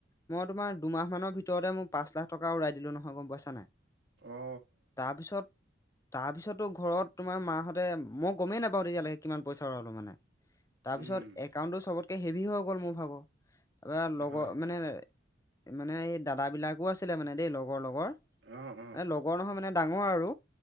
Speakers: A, on the left (about 15°); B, on the right (about 65°).
A: মই তোমাৰ দুমাহ মানৰ ভিতৰতে মোৰ পাঁচ লাখ টকা ওৰাই দিলোঁ নহয় গম পইছা নাই
B: অ
A: তাৰপিছত তাৰপিছতো ঘৰত তোমাৰ মাহঁতে মই গমেই নাপাওঁ তেতিয়ালৈকে কিমান পইচা উৰালো মানে তাৰপিছত
B: উম
A: একাউণ্টটো চবতকে হেভি হৈ গ'ল মোৰ ভাগৰ তাৰপা লগৰ
B: হয়
A: মানে মানে এই দাদা বিলাকো আছিলে মানে দেই লগৰ লগৰ এ লগৰ
B: অ অ
A: লগৰ নহয় মানে ডাঙৰ আৰু